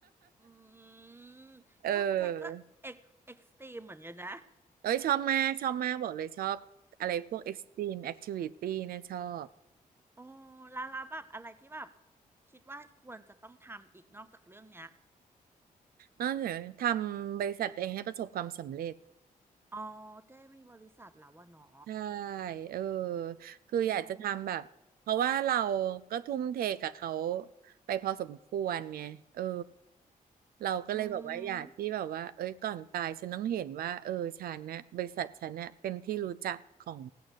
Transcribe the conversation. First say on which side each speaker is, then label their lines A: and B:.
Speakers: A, on the right; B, on the right.
A: อืมก็เจ๊ก็เอ็กเอ็กซ์ตรีมเหมือนกันนะ
B: <laughs> เออเอ้ยชอบมากชอบมากบอกเลยชอบอะไรพวก extreme activity เนี่ยชอบ
A: โอ้แล้วแล้วแบบอะไรที่แบบคิดว่าควรจะต้องทำอีกนอกจากเรื่องเนี้ย
B: นอกจากทำบริษัทตัวเองให้ประสบความสำเร็จ
A: อ๋อเจ๊มีบริษัทแล้ววะเนาะ
B: ใช่เออคืออยากจะทำแบบเพราะว่าเรา
A: อืม
B: ก็ทุ่มเทกับเขาไปพอสมควรไงเออเราก็เลยแบบว่าอยากที่แบบว่าเอ้ยก่อนตายฉันต้องเห็นว่าเออฉันนะบริษัทฉันเนี่ยเป็นที่รู้จักของ
A: อืม